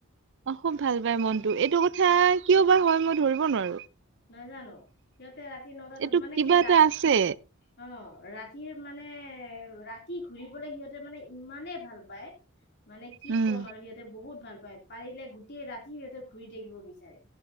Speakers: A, on the right; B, on the left.
A: অ খুব ভাল পায় মনটো। এইটো কথা কিয় বা হয় মই ধৰিব নোৱাৰো।
B: নাজানো। সিহঁতে ৰাতি নটা দছ
A: এইটো
B: মানে
A: কিবা
B: কি ৰাতি
A: এটা আছে
B: অ। ৰাতিৰ মানে ৰাতি ঘূৰিবলে সিহঁতে মানে ইমানেই ভাল পায়। মানে কি
A: উম
B: ক'ম আৰু সিহঁতে বহুত ভাল পায়। পাৰিলে গোটেই ৰাতিও সিহঁতে ঘূৰি থাকিব বিচাৰে।